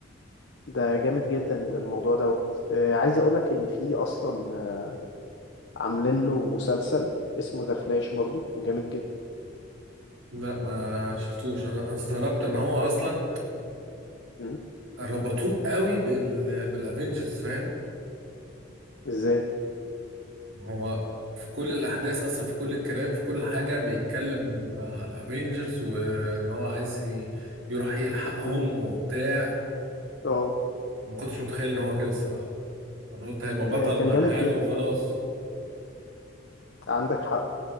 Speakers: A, on the left (about 65°); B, on the right (about 85°).
A: ده جامد جدا ده الموضوع دوت آه، عايز اقولك ان في اصلا آه، عاملين له مسلسل اسمه ذا فلاش برضو وجامد جدا
B: لا ما شفتوش انا أنا استغربت ان هو اصلا
A: مم.
B: ربطوه قوي بال بالافينجرز فاهم
A: ازاي
B: هو في كل الاحداث اصلا في كل الكلام في كل حاجه بيتكلم على الافينجرز وان هو عايز ي- يروح يلحقهم
A: مم.
B: وبتاع
A: اه
B: ما كنتش متخيل ان هو كده الصراحه انا قلت هيبقى بطل
A: آه، كان
B: مع
A: جامد
B: حاله
A: جدا
B: وخلاص
A: اه عندك حق